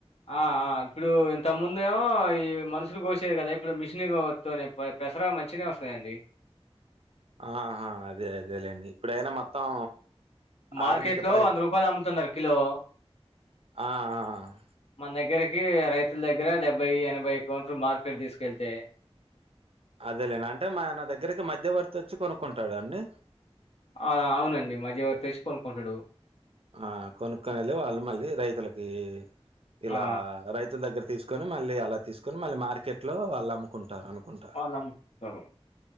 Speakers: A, on the left (about 70°); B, on the right (about 65°).
A: ఆ అ ఇప్పుడు ఇంత ముందేమో ఈ మనుషులు కోసెయి కదా ఇప్పుడు మిషన్ గో తోనే పై పెసర మంచినే ఒస్తాయండి
B: ఆహా అదే అదేలేండి ఇప్పుడైనా మొత్తం
A: మార్కెట్
B: ఆధునిక
A: లో
B: పరి
A: వంద రూపాయలు అమ్ముతున్నారు కిలో
B: ఆ ఆ
A: మన దగ్గరకి రైతుల దగ్గర డెబ్బై ఎనభై కౌంటు మార్కెట్ దీసుకెళ్తే
B: అదేలేన్డి అంటే మా ఆయన దగ్గరికి మధ్యవర్తి ఒచ్చి కొనుక్కుంటాడండి
A: అలా అవునండి మధ్యవర్తి వచ్చి కొనుకుంటడు
B: ఆ కొనుక్కనిలే వాళ్ళు మళ్ళీ రైతులకి ఇలా
A: ఆ
B: రైతుల దగ్గర తీసుకు కొని మళ్ళీ అలా తీసుకని మళ్ళీ మార్కెట్ లో వాల్ అమ్ము కుంటారు అనుకుంటా
A: వాళ్లముకుంటారు